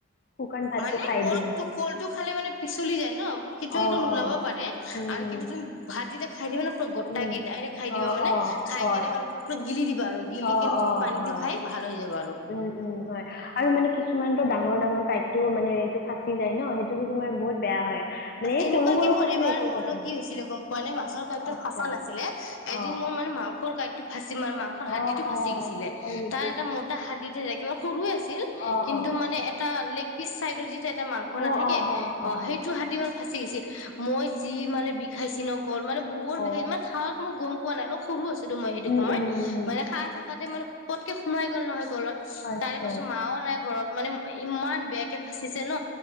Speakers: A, on the left; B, on the left.
A: শুকান ভাতটো
B: মানে
A: খাই
B: কল
A: দিওঁ
B: কলটো খালে মানে পিচলি যায় ন, কেতিয়াবা
A: অ
B: নোলাব
A: অ
B: পাৰে
A: উম
B: আৰু
A: উম
B: কিন্তু ভাত যেতিয়া খাই দিবা না পুৰা গোট
A: উম
B: কে ডাইৰেক্ট খাই দিবা
A: অ
B: মানে
A: অ
B: খাই
A: হয়
B: কেনে মানে পুৰা গিলি দিব বাৰ গিলি
A: অ
B: কেনে
A: অ
B: তুমি পানী
A: হয়
B: দি খাই ভাল হৈ যাব।
A: উম, উম হয় আৰু মানে কিছুমান ডাঙৰ ডাঙৰ কটো মানে এইটো ফাচি যায় ন সেইটোতো তোমাৰ বহুত বেয়া হয়। মানে এই
B: এনেকুৱা
A: সৰু
B: কে
A: সৰু
B: কি মোৰ
A: ফচিলে
B: এবাৰ
A: একো
B: মোৰ
A: কথা
B: লগ
A: নাই
B: কি হৈছিলে গম পোৱা নে মাছৰ কাদ
A: আচ্ছা
B: ফাছা নাছিলে এদিন
A: অ
B: মোৰ মানে মাংস কাটো ফাচি ম মাংসৰ হাদিটো
A: অ
B: ফাঁচি
A: অ
B: গৈছিলে
A: হয় নেকি
B: তাৰ এটা মোটা হাদি ধাকে সৰু আছিল
A: অ
B: কিন্তু
A: অ
B: মানে এটা লেগ পিচ চাইযৰ যি এটা মাংস
A: অ
B: নাথাকে
A: অ হ
B: অ',
A: হয়
B: সেইটো হাত মানে ফাচি গৈছিল মই যি মানে বিষাইছ ন। গ'ল মানে বহুত
A: অ
B: বিষাই ইমান সাহখ ময় গম পোৱা নাই অলপ সৰু আছিলো মই সেইটো
A: উম
B: সময়ত
A: উম উম
B: মানে সাহ থাকাতে মানে পতকে সোমাই গ'ল নহয় গলত
A: আচ্ছা
B: তাৰে পাছত মাও নাই ঘৰত মানে ইমান বেয়াকে ফাচিছে ন